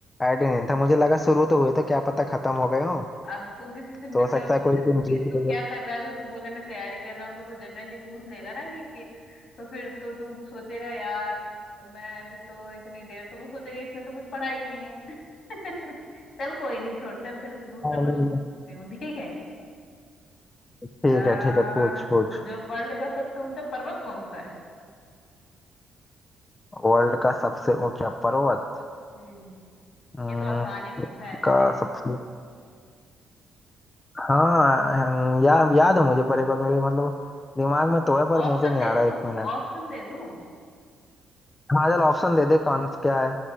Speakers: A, on the left; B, on the left.
A: आइडिया नहीं था मुझे लगा शुरू तो हुए तो क्या पता खत्म हो गए हो
B: अब तू किसी से मिलने
A: तो हो सकता
B: और पूछे
A: है कोई
B: तो
A: टीम जीत
B: तू
A: गई हो
B: क्या कर रहा है तो तू बोले मैं तैयारी कर रहा हूँ तो वो जनरली पूछ लेगा ना कि, कि तो फिर तो तू सोचेगा यार मैं अभी तो इतनी देर तो वो सोचेगा इसने तो कुछ पढ़ा ही नहीं है <laughs> चल कोई नहीं छोड़ चल तेरे से दूसरा
A: हाँ,
B: क्वेश्चन
A: नहीं, नहीं।
B: पूछती हूँ ठीक है
A: ठीक
B: अह,
A: है ठीक है पूछ पूछ
B: जो वर्ल्ड का सबसे ऊंचा पर्वत कौन सा है
A: वर्ल्ड का सबसे ऊंचा पर्वत
B: हम्म
A: हम्म,
B: ये तो आसान ही पूछा है मैंने
A: का
B: यार
A: सबसे हाँ याद याद है मुझे पर एक बार मेरे मतलब दिमाग में तो है पर
B: ऑप्शन
A: मुंह पे नहीं
B: दे
A: आ रहा
B: दूं
A: एक मिनट
B: ऑप्शन दे दूं
A: हाँ चल ऑप्शन दे दे कौन क्या है